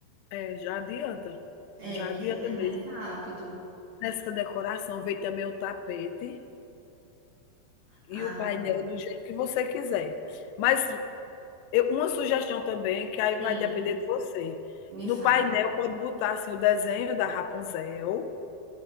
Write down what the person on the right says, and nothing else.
É,
que
aí vai
mais rápido.
Ah,
sim,
me
fala.